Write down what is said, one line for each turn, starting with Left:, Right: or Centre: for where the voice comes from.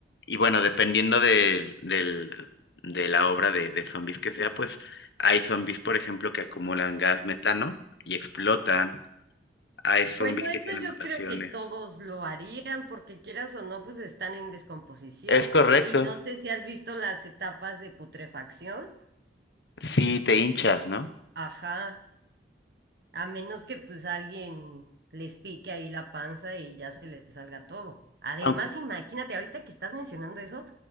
Left: y bueno, dependiendo del, del- de la obra de, de zombies que sea, pues hay zombies, por ejemplo, que acumulan gas metano y explotan. Hay zombies
Right: Bueno,
Left: que
Right: eso
Left: tienen
Right: yo
Left: mutaciones.
Right: creo que todos lo harían, porque quieras o no, pues están en descomposición.
Left: Es correcto,
Right: Y no sé si has visto las etapas de putrefacción.
Left: si te hinchas, ¿no?
Right: Ajá. A menos que pues alguien les pique ahí la panza y ya se les salga todo. Además,
Left: Aun-
Right: imagínate, ahorita que estás mencionando eso,